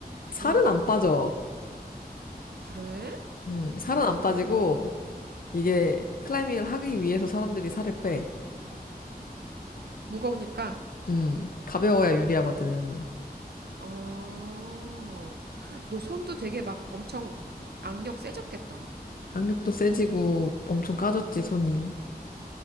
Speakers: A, on the left (about 60°); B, on the right (about 80°).
A: 살은
B: 응, 응.
A: 안 빠져.
B: 그래?
A: 음, 살은
B: 어,
A: 안 빠지고, 이게 클라이밍을 하기 위해서 사람들이 살을 빼.
B: 무거우니까?
A: 음, 가벼워야 유리하거든.
B: 어, 어. 너 손도 되게 막 엄청 악력 세졌겠다.
A: 항력도 세지고 엄청 까졌지, 손이.